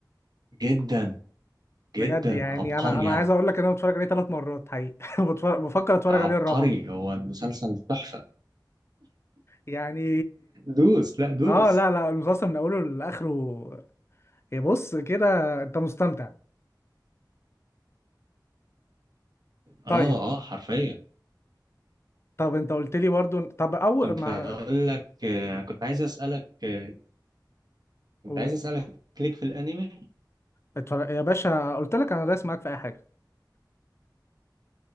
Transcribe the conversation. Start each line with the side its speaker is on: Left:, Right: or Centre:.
Right: جدا
Left: بجد
Right: جدا
Left: يعني
Right: عبقري
Left: انا انا
Right: يعني
Left: عايز اقول لك ان انا بتفرج عليه ثلاث مرات حقيقي <laughs> بتفرج بفكر اتفرج
Right: عبقري
Left: عليه الرابعة
Right: هو المسلسل تحفة
Left: يعني
Right: دوس لا دوس
Left: اه لا لا المسلسل من اوله لاخره إيه، بص كده انت مستمتع طيب
Right: اه اه حرفيا
Left: طب انت قلت لي برضو طب اول
Right: كنت
Left: ما
Right: هقول لك آه، كنت عايز اسالك آه، كنت
Left: أوه.
Right: عايز اسالك ليك في الانمي
Left: اتفرج يا باشا قلت لك انا دايس معاك في اي حاجه